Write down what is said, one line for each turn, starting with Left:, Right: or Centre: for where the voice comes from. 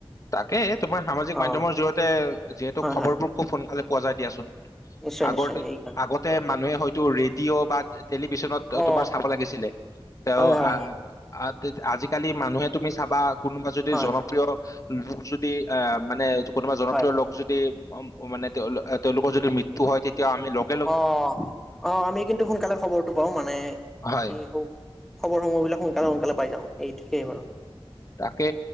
Left: তাকেই তোমাৰ সামাজিক
Centre: অ
Left: মাধ্যমৰ জৰিয়তে যিহেতু
Centre: হয়
Left: খবৰবোৰ
Centre: হয়
Left: খুব সোনকালে পোৱা যায় দিয়াচোন
Centre: নিশ্চয়
Left: আগৰ
Centre: নিশ্চয়
Left: দিন-
Centre: সেইকাৰণে
Left: আগতে মানুহে হয়তো ৰেডিঅ' বা টেলিভিশ্যন
Centre: অ
Left: তোমাৰ চাব লাগিছিলে তেওঁ
Centre: হয় হয়
Left: আহ
Centre: হয়
Left: আজিকালি মানুহে তুমি চাবা কোনোবা যদি
Centre: হয়
Left: জন
Centre: হয়
Left: প্ৰিয় লোক যদি আহ মানে কোনোবা জনপ্ৰিয়
Centre: হয়
Left: লোক যদি আ ম মানে তেওঁ তেওঁলোকৰ যদি মৃত্যু হয় তেতিয়া আমি লগ
Centre: অ অ আমি কিন্তু সোনকালে খবৰটো পাওঁ মানে
Left: হয়
Centre: এই হওক খবৰসমূহবিলাক সোনকালে সোনকালে পাই যাওঁ এই ঠিকে বাৰু
Left: তাকে